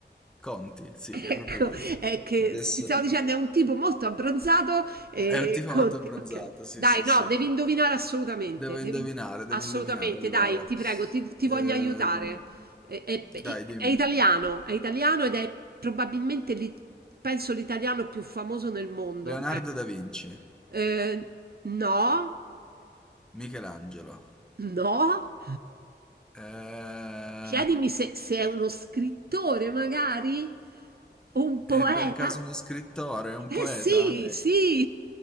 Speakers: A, in the centre; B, on the right.
A: Conti, sì,
B: Ecco,
A: è proprio lui.
B: è che
A: Adesso
B: ti stavo dicendo è un tipo molto abbronzato e
A: è un tipo
B: Conti
A: molto abbronzato,
B: okay.
A: sì,
B: Dai,
A: sì, sì.
B: no, devi indovinare assolutamente,
A: Devo indovinare,
B: devi
A: devo
B: assolutamente,
A: indovinare. Allora,
B: dai, ti prego, ti, ti
A: ehm,
B: voglio aiutare. È, è-
A: dai, dimmi.
B: è italiano, è italiano ed è probabilmente, l'i- penso, l'italiano più famoso nel mondo.
A: Leonardo
B: Ecco.
A: da Vinci,
B: Eh, no,
A: Michelangelo.
B: no. <laughs>
A: Eh,
B: Chiedimi se, se è uno scrittore, magari, o un poeta.
A: è per caso uno scrittore, un
B: Eh
A: poeta?
B: sì,
A: È,
B: sì! <laughs>